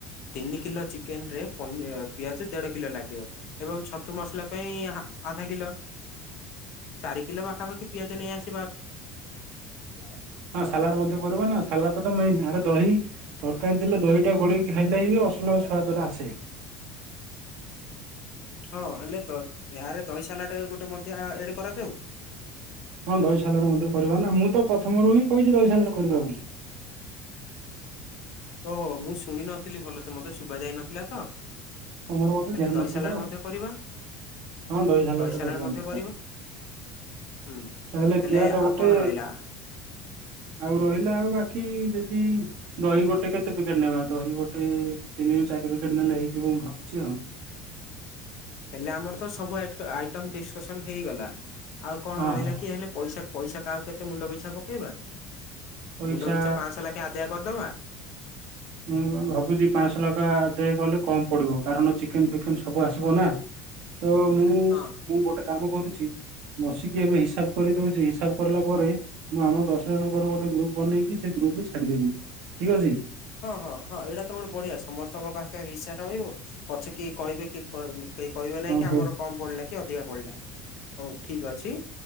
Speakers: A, on the left (about 50°); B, on the right (about 65°).
A: ତିନି କିଲୋ ଚିକେନ ରେ ପନି ଏ ପିଆଜ ଦେଢ କିଲୋ ଲାଗିବ ଏବଂ ଛତୁ ମସଲା ପାଇଁ ହା ଆଧା କିଲୋ।
B: <inaudible>
A: ଚାରି କିଲୋ ପାଖପାଖି ପିଆଜ ନେଇ ଆସି
B: <inaudible> ହଁ ସାଲାଡ ମଧ୍ୟ କରିବା ନା ସାଲାଡ ତ ମେଇନ ଆଗ ଦହି ତରକାରୀ ଦେଲେ ଦହିଟା ଗୋଳେଇକି ଖାଇଲେ ହିଁ ଅସୁ ପୁଲାଉ ସୁଆଦଟା ଆସେ।
A: ହଁ ହେଲେ ଦ ଏହାରେ ଦହି ସାଲାଡ ଗୋଟେ ମଧ୍ୟ ଆଡ଼ କରାଯାଉ।
B: ହଁ ଦହି ସାଲଡ ମଧ୍ୟ କରିବା ନା ମୁଁ ତ ପ୍ରଥମରୁ ହିଁ କହିଛି ଦହି ସାଲାଡ କରିବା ବୋଲି। <inaudible>
A: ଓହୋ ମୁଁ ଶୁଣି ନଥିଲି ଭଲସେ ମତେ ଶୁଭାଯାଇ ନଥିଲା ତ।
B: ତମର ବୋଧେ
A: ହେଲେ
B: ଧ୍ୟାନ
A: ଦହି
B: ନଥିବ
A: ସାଲାଡ
B: ଆଉ
A: ମଧ୍ୟ କରିବା।
B: ହଁ ସାଲାଡ
A: ଦହି
B: ଟା
A: ସାଲାଡ଼
B: କରିବା
A: ମଧ୍ୟ
B: ନିଶ୍ଚୟ
A: କରିବ। ହୁଁ।
B: ତାହେଲେ
A: ହେଲେ
B: ପିଆଜ ଗୋଟେ
A: ଆଉ କଣ ରହିଲା?
B: ଆଉ ରହିଲା ଆଉ ବାକି ଯଦି <unintelligible> ଦହି ଗୋଟେ କେତେ ପ୍ୟାକେଟ୍ ନେବା ଦହି ଗୋଟେ ତିନିରୁ ଚାରି ପ୍ୟାକେଟ୍ ନେଲେ ହେଇଯିବ ମୁଁ ଭାବୁଛି ଆଉ। <inaudible>
A: ହେଲେ ଆମର ତ ସବୁ ଆଇଟ୍କ ଆଇଟମ ଡିସ୍କସନ୍ ହେଇଗଲା। ଆଉ କଣ
B: ହଁ
A: ରହିଲା
B: ହଁ
A: କି ହେଲେ ପଇସା ପଇସା କାହାକୁ କେତେ ମୁଣ୍ଡ ପିଛା ପକେଇବା?
B: ପଇସା
A: ମୁଣ୍ଡ ପିଛା ପାଂଶହ ଲେଖାଏ ଆଦାୟ କରିଦବା।
B: ମୁଁ ଉ ଭାବୁଛି ପାଂଶହ ଲକା ଆଦାୟ କଲେ କମ ପଡିବ କାରଣ ଚିକେନ ଫିକେନ ସବୁ ଆସିବ ନା। ତ ମୁଁ
A: ହଁ।
B: ମୁଁ ଗୋଟେ କାମ କରୁଛି ବସିକି ଏବେ ହିସାବ କରିଦଉଛି ହିସାବ କରିଲା ପରେ ମୁଁ ଆମ ଦଶ ଜଣଙ୍କର ଗୋଟେ ଗ୍ରୁପ ବନେଇକି ସେ ଗ୍ରୁପ କୁ ଛାଡିଦେବି ଠିକ୍ ଅଛି?
A: ହଁ ହଁ ହଁ ଏଇଟା ତ ଗୋଟେ ବଢିଆ ସମସ୍ତଙ୍କ ପାଖରେ ହିସା ରହିବ ପଛେ କିଏ କହିବେ କିଏ କହିବେନି। କେହି କହିବେ ନାଇଁ
B: ଓ
A: କି ଆମର
B: ହଉ
A: କମ୍ ପଡିଲା। କି ଅଧିକା ପଡ଼ିଲା। ହଉ ଠିକ୍ ଅଛି।